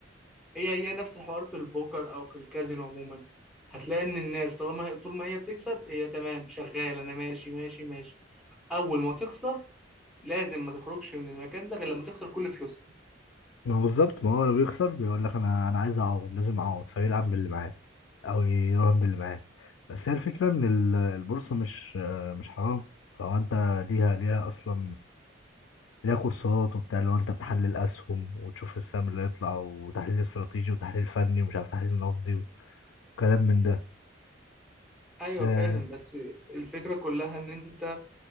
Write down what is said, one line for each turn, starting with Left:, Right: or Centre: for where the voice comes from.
Centre: هي هي نفس الحوار في البوكر او في الكازينو عموما هتلاقي ان الناس طالما هي طول ما هي بتكسب هي تمام شغال انا ماشي ماشي ماشي اول ما تخسر لازم ما تخرجش من المكان ده غير لما تخسر كل فلوسها
Left: ما هو بالظبط ما هو لو بيخسر بيقول لك انا انا عايز اعوض لازم اعوض فيلعب باللي معاه او يراهن باللي معاه بس هي الفكرة ان ال- البورصة مش مش حرام فهو انت ليها ليها اصلا ليها كورسات وبتاع اللي هو انت بتحلل اسهم وتشوف السهم اللي هيطلع وتحليل استراتيجي وتحليل فني ومش عارف تحليل نقدي وكلام من ده
Centre: ايوه
Left: آه
Centre: فاهم بس الفكرة كلها ان انت